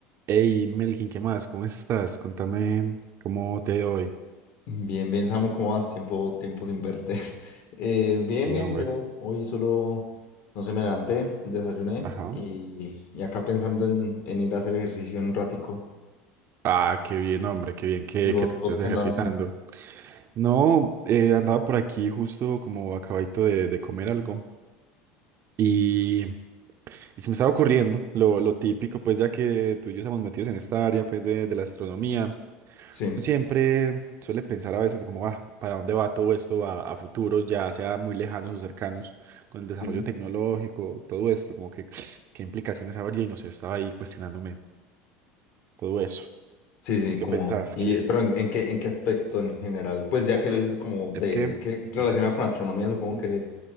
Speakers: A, on the right; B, on the left.
A: Hey, Melkin, ¿qué más? ¿Cómo estás? Contame cómo te ha ido hoy.
B: Bien, bien, Samu, ¿cómo vas? Tiempo, tiempo sin verte. <laughs> Eh, bien,
A: Sí,
B: bien,
A: hombre.
B: yo hoy solo, no sé, me levanté, desayuné
A: Ajá.
B: y, y acá pensando en, en ir a hacer ejercicio en un ratico.
A: Ah, qué bien, hombre, qué bien que,
B: ¿Y vos,
A: que te estés
B: vos qué
A: ejercitando.
B: andas haciendo?
A: No, eh, andaba por aquí justo como acabadito de, de comer algo y, y se me estaba ocurriendo lo, lo típico, pues ya que tú y yo estamos metidos en esta área pues de, de la astronomía.
B: Sí,
A: Siempre suele pensar a veces como, ah, ¿para dónde va todo esto a, a futuros, ya sea muy lejanos o cercanos, con el desarrollo
B: sí, sí,
A: tecnológico, todo esto, como que <sniffs> qué implicaciones habría y no sé, estaba ahí cuestionándome todo eso.
B: sí, sí,
A: ¿Qué
B: como,
A: pensás?
B: y,
A: Que,
B: eh, pero ¿en, en qué, en qué aspecto en general? Pues ya
A: uf,
B: que lo dices como de,
A: es que,
B: que
A: ujú,
B: relacionado con astronomía, supongo
A: mm,
B: que,